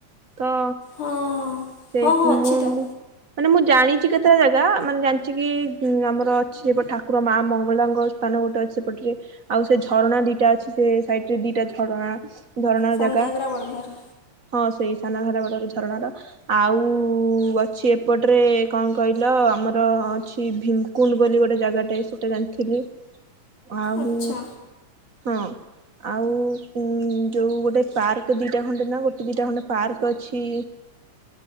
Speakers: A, on the right; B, on the left.
A: ତ
B: ହଁ
A: ସେଇ
B: ହଁ ହଁ ଅଛି
A: ମୁଁ
B: ତ?
A: ମୁଁ ମାନେ ମୁଁ ଜାଣିଛି କେତେଟା ଜାଗା ମାନେ ଜାଣିଛି କି ଉଁ ଆମର ଅଛି ସେପଟେ ଠାକୁର ମା ମଙ୍ଗଳାଙ୍କ ସ୍ଥାନ ଗୋଟେ ଅଛି ସେପଟରେ ଆଉ ସେ ଝରଣା ଦିଟା ଅଛି ସେ ସାଇଡ଼ରେ ରେ ଦିଟା ଝରଣା। ଝରଣା ର
B: ସାନଘାଗରା
A: ଜାଗା
B: ବଡ଼ଘାଗରା
A: ହଁ ସେଇ ସାନଘାଗରା, ବଡଘାଗରା ଝରଣା ର ଆଉ ଅଛି ଏପଟରେ କଣ କହିଲ ଆମର ଅଛି ଭିମ୍ କୁଣ୍ଡ। ବୋଲି ଗୋଟେ ଜାଗାଟେ ସେଇଟା ଜାଣିଥିଲି। ଆହୁ
B: ଆଚ୍ଛା
A: ହଁ ଆଉ ଉଁ ଯୋଉ ଗୋଟେ ପାର୍କ ଦିଟା ଖଣ୍ଡେ ନା ଗୋଟେ ଦିଟା ଖଣ୍ଡେ ପାର୍କ ଅଛି।